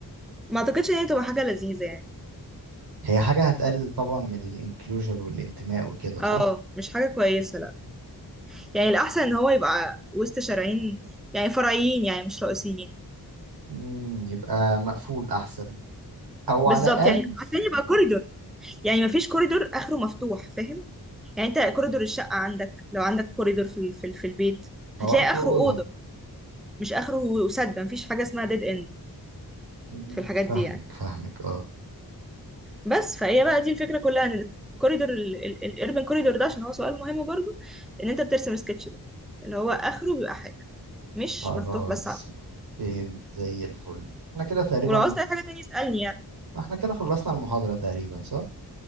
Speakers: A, in the centre; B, on the right (about 80°).
A: ما اعتقدش ان هي تبقى حاجه لذيذه يعني
B: هي حاجة هتقلل طبعا من الانكلوجر والانتماء وكده صح؟
A: اه مش حاجه كويسه لا يعني الاحسن ان هو يبقى وسط شارعين يعني فرعيين يعني مش رئيسيين
B: مم، يبقى مقفول أحسن أو
A: بالظبط
B: على الأقل
A: يعني عشان يبقى كوريدور يعني ما فيش كوريدور اخره مفتوح فاهم يعني انت كوريدور الشقه عندك لو عندك كوريدور في ال- في ال- في البيت
B: هو
A: هتلاقي
B: آخر
A: اخره
B: أوضة
A: اوضه مش اخره سد ما فيش حاجه اسمها ديد اند
B: مم،
A: في الحاجات
B: فاهمك
A: دي يعني
B: فاهمك اه
A: بس فهي بقى دي الفكرة كلها ان الكوريدور الاربن كوريدور ده عشان هو سؤال مهم برضو ان انت بترسم السكتش ده اللي هو اخره بيبقى حاجة مش
B: خلاص
A: مفتوح بس على الفاضي
B: فهمت زي الفل احنا كده تقريبا
A: ولو عاوزت اي حاجة تانية اسألني يعني
B: احنا كده خلصنا المحاضرة تقريبا صح؟